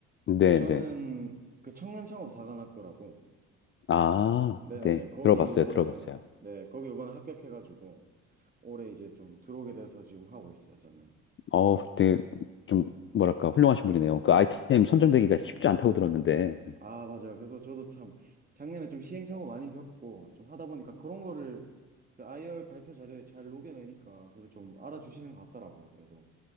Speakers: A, on the left; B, on the right.
A: 네네.
B: 또 저는 그 청년창업사관학교라고
A: 아,
B: 네네네.
A: 네.
B: 거기
A: 들어봤어요,
B: 이번에,
A: 들어봤어요.
B: 네, 거기 이번에 합격해가지고, 올해 이제 좀 들어오게 돼서 지금 하고 있어요, 저는.
A: 어, 되게 좀 뭐랄까 훌륭하신 분이네요. 그 아이템 선정되기가 쉽지 않다고 들었는데,
B: 아, 맞아요. 그래서 저도 참, 작년에 좀 시행착오 많이 겪고, 좀 하다 보니까 그런 거를 그 IR 발표 자료에 잘 녹여내니까, 그래도 좀 알아주시는 것 같더라고요, 그래도.